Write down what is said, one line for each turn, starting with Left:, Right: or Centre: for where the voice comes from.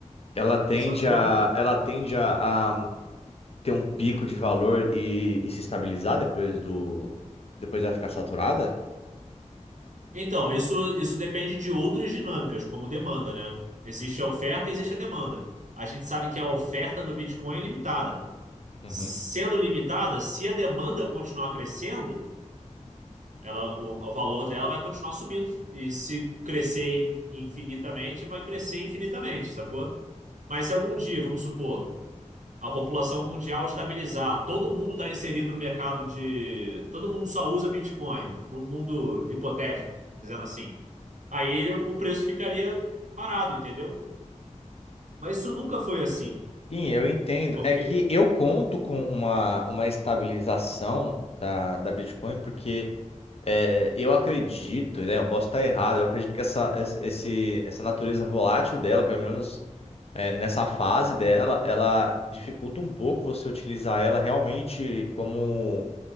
Left: Ela tende
Right: sacou?
Left: a, ela tende a, a ter um pico de valor e, e se estabilizar depois do, depois ela ficar saturada?
Right: Então, isso, isso depende de outras dinâmicas, como demanda, né? Existe a oferta e existe a demanda. A gente sabe que a oferta do Bitcoin é limitada.
Left: Uhum.
Right: Sendo limitada, se a demanda continuar crescendo, ela, o, o valor dela vai continuar subindo. E se crescer in- infinitamente, vai crescer infinitamente, sacou? Mas se algum dia, vamos supor, a população mundial estabilizar, todo mundo está inserido no mercado de. Todo mundo só usa Bitcoin, num mundo hipotético, dizendo assim. Aí o preço ficaria parado, entendeu? Mas isso nunca foi assim,
Left: Sim, eu entendo.
Right: porque
Left: É que eu conto com uma, uma estabilização da, da Bitcoin, porque É, eu acredito, né? Eu posso estar errado, eu acredito que essa, esse, esse- essa natureza volátil dela, pelo menos é, nessa fase dela, ela dificulta um pouco você utilizar ela realmente como,